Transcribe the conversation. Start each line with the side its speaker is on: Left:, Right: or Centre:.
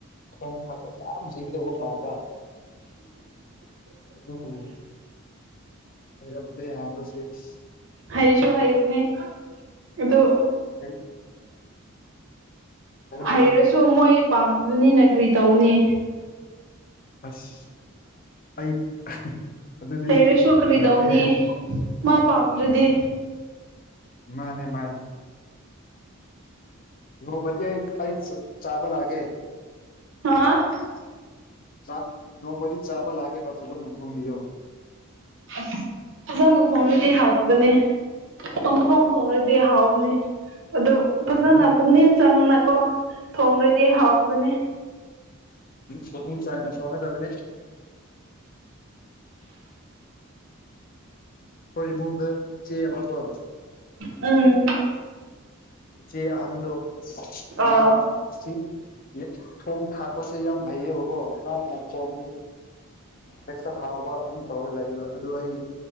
Left: ꯊꯣꯡ ꯊꯥꯛꯄ ꯌꯥꯝ ꯍꯩꯒꯗꯧꯕ ꯗ ꯑꯗꯨꯨꯍ ꯍꯔꯝꯗ ꯌꯥꯕꯁꯤꯦꯁ
Right: ꯍꯩꯁꯨ ꯍꯩꯕꯅꯦ ꯑꯗꯨ
Left: <unintelligible>
Right: ꯍꯩꯔꯁꯨ
Left: ꯍꯥꯏ
Right: ꯃꯣꯏ ꯄꯥꯝꯗꯅꯤ ꯅ ꯀ꯭ꯔꯤ ꯇꯧꯅꯤ
Left: ꯑꯁ ꯑꯩ ꯑꯗꯨꯗꯤ
Right: ꯍꯩꯔꯁꯨ
Left: ꯅꯨꯡꯉꯥꯏꯇꯦꯍꯦ
Right: ꯀꯔꯤꯗꯧꯅꯤ ꯃꯥ ꯄꯥꯝꯗ꯭ꯔꯗꯤ
Left: ꯃꯥꯅꯦ ꯃꯥꯅꯦ ꯅꯣꯡꯃꯗꯤ ꯑꯩ ꯑꯩ ꯆ ꯆꯥꯕ ꯂꯥꯛꯀꯦ
Right: <unintelligible>
Left: ꯆꯥꯛ ꯅꯣꯡꯃꯗꯤ ꯆꯥꯕ ꯂꯥꯛꯀꯦꯕ ꯐꯖꯅ ꯊꯣꯡꯕꯤꯌꯣ
Right: ꯑꯁ ꯐꯖꯅ ꯈꯣꯡꯗꯨꯗꯤ ꯍꯥꯎꯇꯕꯅꯦ ꯄꯪ ꯊꯣꯡ ꯊꯣꯡꯔꯗꯤ ꯍꯥꯎꯕꯅꯦ ꯑꯗꯣ ꯐꯖꯅ
Left: ꯎꯝ
Right: ꯄꯨꯛꯅꯤꯡ ꯆꯪꯅꯀꯣ ꯊꯣꯡꯔꯗꯤ ꯍꯥꯎꯒꯅꯤ
Left: ꯐꯅꯨꯡ ꯆꯥꯡꯅ ꯐꯣꯡꯒꯗꯕꯅꯤ ꯑꯩꯈꯣꯏ ꯏꯃꯨꯡꯗ ꯏꯆꯦ ꯑꯃꯗꯣ
Right: ꯎꯝ
Left: ꯆꯦ ꯑꯍꯟꯗꯣ
Right: ꯑꯥ
Left: ꯃꯥ ꯁꯤ ꯊꯣꯡ ꯊꯥꯛꯄꯁꯦ ꯌꯥꯝ ꯍꯩꯌꯦꯕꯀꯣ ꯅꯣꯡꯁ <inaudible> ꯍꯦꯛꯇ ꯍꯥꯎꯕ ꯑꯗꯨꯝ ꯇꯧꯔ ꯂꯩꯕ ꯑꯗꯨ ꯑꯩ